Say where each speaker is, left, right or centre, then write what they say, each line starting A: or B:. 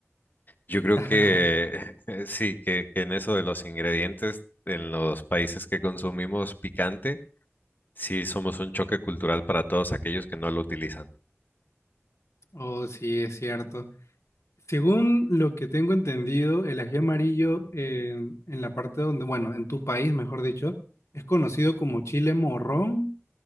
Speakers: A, on the left; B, on the left.
A: Yo creo
B: <laughs>
A: que <laughs> sí, que, que en eso de los ingredientes, en los países que consumimos picante, sí somos un choque cultural para todos aquellos que no lo utilizan.
B: Oh, sí, es cierto. Según lo que tengo entendido, el ají amarillo en, en la parte donde, bueno, en tu país, mejor dicho, es conocido como chile morrón